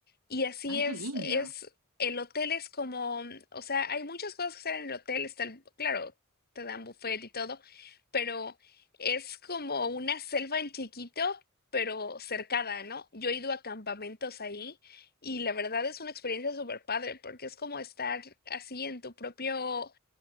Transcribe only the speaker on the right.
Ay,
qué lindo.